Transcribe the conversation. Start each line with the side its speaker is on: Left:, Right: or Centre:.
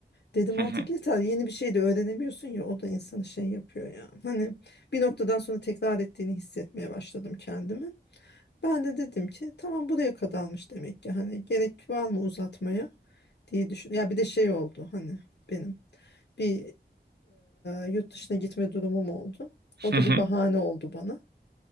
Left: Dedim
Right: Hı
Left: artık
Right: hı,
Left: yeter yeni bir şey de öğrenemiyorsun ya o da insanı şey yapıyor ya. Hani bir noktadan sonra tekrar ettiğini hissetmeye başladım kendimi. Ben de dedim ki tamam buraya kadarmış demek ki hani gerek var mı uzatmaya diye düşün. Ya bir de şey oldu hani benim bir e, yurt dışına gitme durumum oldu. O
Right: hı
Left: da
Right: hı.
Left: bir bahane oldu bana.